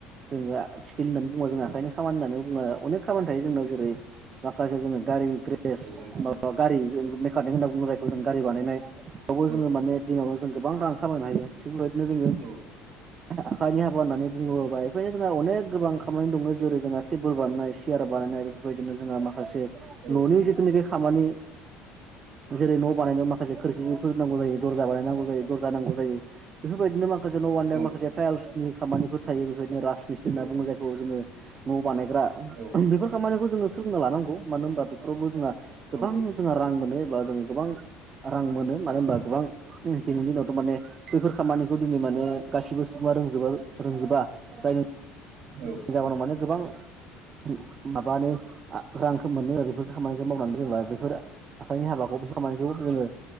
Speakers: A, on the right; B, on the right.
A: जोङो स्किल होननानै बुङोबा
B: औ
A: जोंहा खामानि होननानै बुङो अनेक खामानि थायो जोंनाव जेरै माखासे जों गारि ग्रेस
B: औ नोंथां
A: मा- गारि जों मेकानिक होनना बुङो जायखौ जों गारि बानायनाय बावबो
B: औ
A: जोङो माने दिनावनो जों गोबां रां खामायनो हायो। थिग बेबायदिनो जोङो
B: औ
A: आखाइानि हाबा होननानै बुंङोबा बेबादिनो जोंहा अनेक गोबां खामानि दङ जेरै जोंहा टेबोल बानायनाय सियार बानायनाय बेफोरबायदिनो जोंहा माखासे
B: औ
A: न'नि जितुनिकि खामानि जेरै न' बानायनायाव माखासे खोरखिफोर नांगौ जायो दरजा बानायनांगौ जायो दरजा नांगौ जायो। बेफोरबायदिनो माखासे न' वाननो
B: औ नोंथां
A: माखासे टाइल्सनि खामानिफोर थायो बेफोरबायदिनो राजमिस्त्रि
B: औ
A: होनना बुङो जायखौ जोङो‌। न' बानायग्रा
B: औ
A: बेफोर खामानिखौ जोङो सोलोंना लानांगौ मानो होमबा फोरावबो जोंहा गोबां
B: औ
A: जोंहा रां मोनो एबा जों गोबां रां मोनो मानो होमबा गोबां उम दिनैनि दिनाव थ' माने बैफोर खामानिखौ दिनै माने गासिबो सुबुङा रोंजोबा रोंजोबा जायनि
B: औ।
A: जाउनाव माने गोबां उम माबानि आ रांखो मोननो बेफोर खामानिखौ मावनानै जेनेबा बेफोर आखाइनि हाबाखौ बे खामानिखौ जोङो